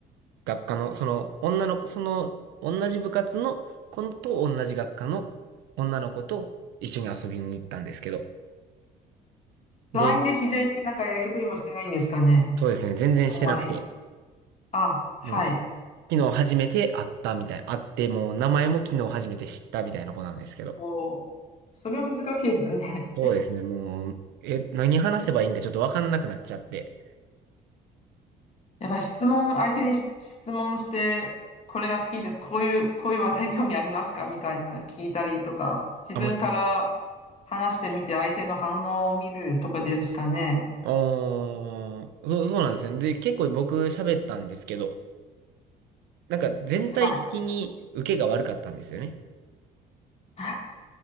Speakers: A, on the right; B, on the left.
A: 学科の、その、女の子、その、同じ部活の子と同じ学科の女の子と一緒に遊びに行ったんですけど。
B: LINE
A: で、
B: で事前になんかやりとりもしてないんですかね。
A: そうですね、全然してなくて、
B: あんまり。あ、はい。
A: もう、昨日初めて会ったみたい、会って、もう名前も昨日初めて知ったみたいな子なんですけど。
B: おー、それは難しいですね。
A: そうですね、もう、え、何話せばいいんかちょっとわかんなくなっちゃって。
B: <laughs> やっぱ質問、相手にし質問して、これが好きで、こういう、こういう話題興味ありますかみたいなの聞いたりとか、自分から
A: あ、もう、
B: 話してみて相手の反応を見るとかですかね。
A: おー、そう、そうなんですよね。で、結構僕喋ったんですけど、なんか全体的に受けが悪かったんですよね。
B: はい。<laughs>